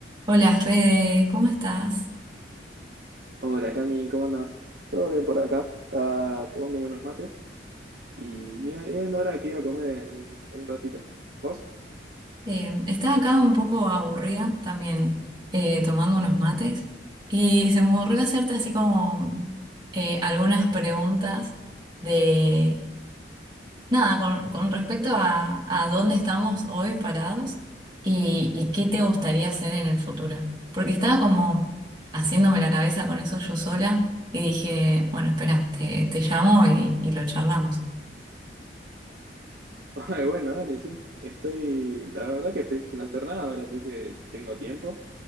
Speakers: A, on the right; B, on the right.
A: Hola Fede, ¿cómo estás?
B: Hola Cami, ¿cómo andás? Todo bien por acá, está tomando buenos mates y bien, bien ahora que iba a comer en, en un ratito. ¿Vos?
A: Eh, estaba acá un poco aburrida también eh, tomando unos mates y se me ocurrió hacerte así como eh, algunas preguntas de nada con, con respecto a, a dónde estamos hoy parados y, y qué te gustaría hacer en el futuro. Porque estaba como haciéndome la cabeza con eso yo sola y dije, bueno, espera, te, te llamo y, y lo charlamos.
B: <laughs> Ay, bueno, dale, sí. Estoy, la verdad que estoy sin hacer nada ahora, así que tengo tiempo.